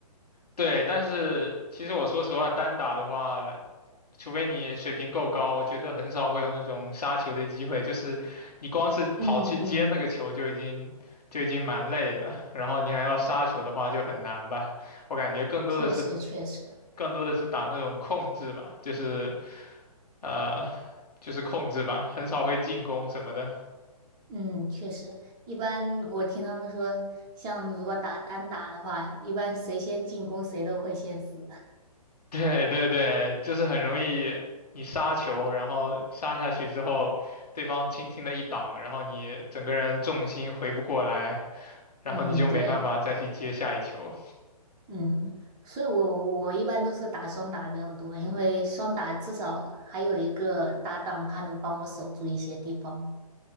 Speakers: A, on the left; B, on the right.
A: 对，但是其实我说实话，单打的话，除非你水平够高，我觉得很少会有那种杀球的机会。就是你光是跑去接那个球就已经就已经蛮累了，
B: 嗯嗯
A: 然后你还要杀球的话就很难吧。我感觉更多的是
B: 确实，确实，
A: 更多的是打那种控制吧，就是呃就是控制吧，很少会进攻什么的。
B: 嗯，确实，一般我听他们说，像如果打单打的话，一般谁先进攻谁都会先死。
A: <laughs> 对对对，就是很容易你杀球，然后杀下去之后，对方轻轻的一挡，然后你整个人重心回不过来，然后你就没办法再去接下一球。
B: <laughs> 嗯，对。嗯，所以我我一般都是打双打比较多，因为双打至少还有一个搭档，他能帮我守住一些地方